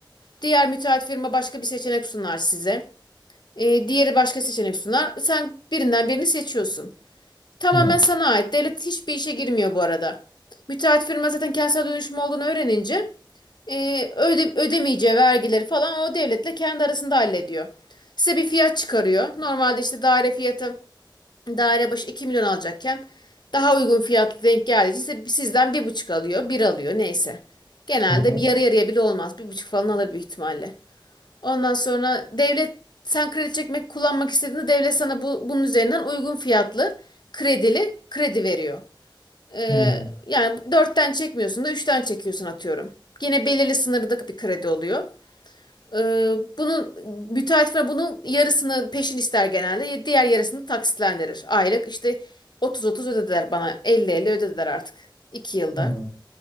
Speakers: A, on the left (about 60°); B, on the left (about 40°).
A: Diğer müteahhit firma başka bir seçenek sunar size. E, diğeri başka seçenek sunar. Sen birinden birini seçiyorsun. Tamamen
B: Hı.
A: sana ait. Devlet hiçbir işe girmiyor bu arada. Müteahhit firma zaten kentsel dönüşüm olduğunu öğrenince e, öde, ödemeyeceği vergileri falan o devletle kendi arasında hallediyor. Size bir fiyat çıkarıyor. Normalde işte daire fiyatı daire başı 2 milyon alacakken daha uygun fiyat denk geldiği için size- sizden bir buçuk alıyor, bir alıyor neyse. Genelde
B: Hı hı.
A: bir yarı yarıya bile olmaz. bir buçuk falan alır büyük ihtimalle. Ondan sonra devlet sen kredi çekmek kullanmak istediğinde devlet sana bu, bunun üzerinden uygun fiyatlı kredili kredi veriyor. Ee,
B: Hı.
A: yani dörtten çekmiyorsun da üçten çekiyorsun atıyorum. Yine belirli sınırlık bir kredi oluyor. Ee, bunun müteahhit firma bunun yarısını peşin ister genelde. Diğer yarısını taksitlendirir. Aylık işte 30-30 ödediler bana. 50-50 ödediler artık. iki yılda.
B: Hı.